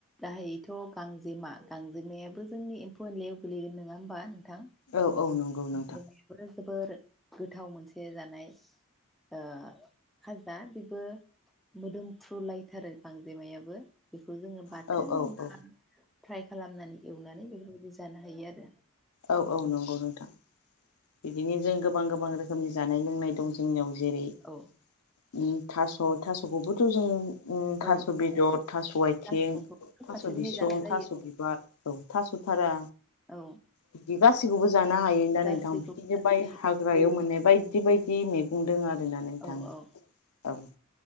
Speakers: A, in the centre; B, on the left.
A: गाहायैथ' गांजेमा गांजेमायाबो जोंनि एम्फौ एनलायाव गोग्लैगोन नङा होमबा नोंथां
B: औ औ नंगौ नोंथां।
A: बेफोरो जोबोर गोथाव मोनसे जानाय ओ खाजा बेबो मोदोमफ्रुलायथारो गांजेमायाबो बेखौ जोङो बाथोन
B: औ औ औ
A: फ्राय खालामनानै एवनानै बेफोरबायदि जा जानो हायो आरो
B: औ औ नंगौ नोंथां बिदिनो जों गोबां गोबां रोखोमनि जानाय लोंनाय दं जोंनियाव जेरै
A: औ
B: उ
A: औ
B: थास थास'खौबोथ' जों ओ थास'
A: औ
B: बेदर, थास' आथिं,
A: गासैखौबो
B: थास'
A: फारसेनिफ्राय
B: बिसं,
A: जानाय जायो
B: थास' बिबार, औ थास' थारा
A: औ
B: बिदि गा सैखौबो जानो हायो ना
A: गासैखौबो
B: नोंथां।
A: जानाय
B: बाय
A: जायो
B: हाग्रायाव मोननाय बायदि बायदि मैगं दं आरो फैनानै थां
A: औ औ
B: औ